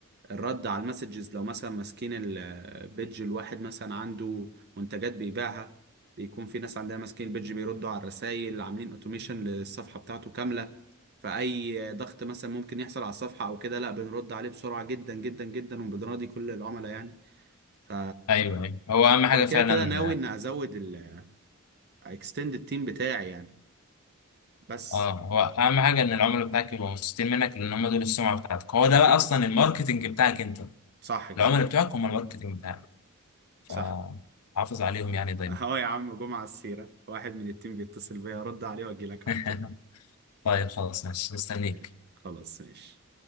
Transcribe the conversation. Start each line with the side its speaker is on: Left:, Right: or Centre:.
Right: الرد على المسجز لو مثلا ماسكين البيدج الواحد مثلا عنده منتجات بيبيعها بيكون في ناس عندها ماسكين البيدج بيردوا على الرسائل عاملين اوتوميشن للصفحة بتاعته كاملة فأي ضغط مثلا ممكن يحصل على الصفحة أو كده لا بنرد عليه بسرعة جدا جدا جدا وبنراضي كل العملاء يعني ف
Left: ايوه ايوه هو اهم
Right: وكده
Left: حاجه فعلا
Right: كده ناوي إن أزود ال extend التيم بتاعي يعني بس
Left: اه هو اهم حاجه ان العملاء بتاعك يبقوا مبسوطين منك لان هم دول السمعه بتاعتك هو ده
Right: أكيد
Left: بقى اصلا الماركتنج بتاعك انت
Right: صح كده
Left: العملاء بتوعك هم الماركتنج بتاعك
Right: صح
Left: فحافظ عليهم يعني دايما
Right: اه يا عم جمعة السيرة واحد من التيم بيتصل بيا رد عليه واجي لك
Left: <laughs>
Right: على طول
Left: طيب خلاص ماشي مستنيك
Right: ماشي. خلاص ماشي